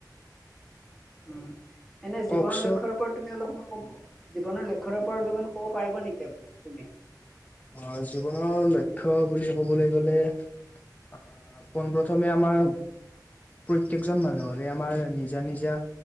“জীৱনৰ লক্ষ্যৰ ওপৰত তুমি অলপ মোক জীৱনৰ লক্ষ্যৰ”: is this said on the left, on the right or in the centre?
Centre